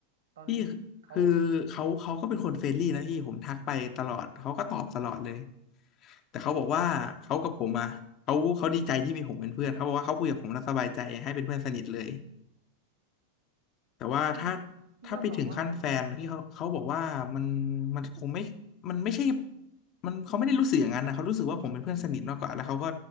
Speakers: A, on the right (about 65°); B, on the left (about 35°).
A: ตอนนี้เขา
B: พี่คือเขาเขาก็เป็นคนเฟรนลี่นะพี่ผมทักไปตลอดเขาก็ตอบตลอดเลยแต่เขาบอกว่าเขากับผมอ่ะเขาเขาดีใจที่มีผมเป็นเพื่อนเขาบอกว่าเขาคุยกับผมแล้วสบายใจให้เป็นเพื่อนสนิทเลย
A: อืม
B: แต่ว่าถ้า
A: อืมพี่ก็มองว่าแบบ
B: ถ้าไปถึงขั้นแฟนพี่เขาเขาบอกว่ามันมันคงไม่มันไม่ใช่มันเขาไม่ได้รู้สึกอย่างนั้นนะเขารู้สึกว่าผมเป็นเพื่อนสนิทมากกว่าแล้วเขาก็